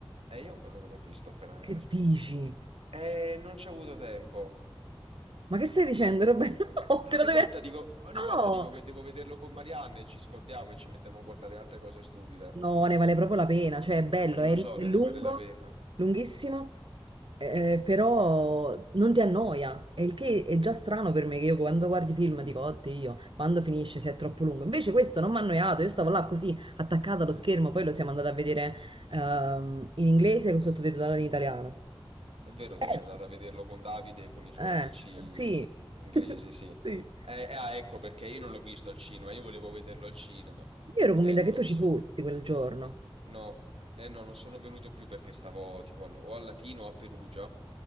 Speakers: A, on the right (about 85°); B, on the right (about 60°).
A: E io ancora non l'ho visto, Oppenheimer.
B: Che dici?
A: Eh, non ci ho avuto tempo.
B: Ma che stai dicendo, Roberto? <laughs>
A: Eh,
B: No, te
A: Ogni
B: lo devi...
A: volta dico, ogni volta
B: No!
A: dico che devo vederlo con Marianne e ci scordiamo e ci mettiamo a guardare altre cose stupide.
B: No, ne vale proprio la pena, cioè è bello,
A: E
B: è,
A: lo so
B: è
A: che
B: lungo,
A: ne vale la pena.
B: lunghissimo, eh, però non ti annoia, e il che è già strano per me che io quando guardi film dico, oddio, quando finisce se è troppo lungo. Invece questo non mi ha annoiato, io stavo là così attaccata allo schermo, poi lo siamo andati a vedere ehm, in inglese con sottotitolato in italiano.
A: È vero,
B: Bello,
A: tu sei andata a vederlo con Davide e con i suoi
B: eh,
A: amici
B: sì.
A: inglesi,
B: <laughs>
A: sì.
B: Sì.
A: Eh, eh, ah, ecco perché io non l'ho visto al cinema, io volevo vederlo al cinema
B: Io ero
A: e
B: convinta
A: non
B: che tu
A: ho avuto.
B: ci fossi quel giorno.
A: No, eh, no, non sono venuto più perché stavo tipo al- o a Latino o a Perugia